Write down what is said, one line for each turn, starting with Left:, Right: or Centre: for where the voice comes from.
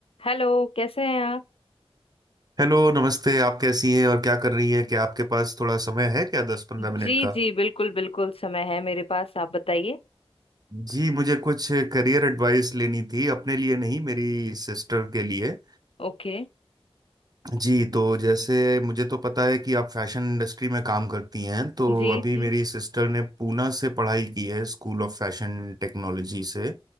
Left: Hello कैसे हैं आप
Right: Hello नमस्ते आप कैसी हैं और क्या कर रही हैं क्या आपके पास थोड़ा समय है क्या दस पंद्रह
Left: जी
Right: मिनट का
Left: जी बिल्कुल बिल्कुल समय है मेरे पास आप बताइए
Right: जी मुझे कुछ करियर एडवाइस लेनी थी अपने लिए नहीं मेरी सिस्टर के लिए
Left: ओके
Right: जी तो जैसे मुझे तो पता है कि आप फैशन इंडस्ट्री में काम करती हैं तो
Left: जी
Right: अभी
Left: जी
Right: मेरी सिस्टर ने पूना से पढ़ाई की है स्कूल ऑफ फैशन टेक्नोलॉजी से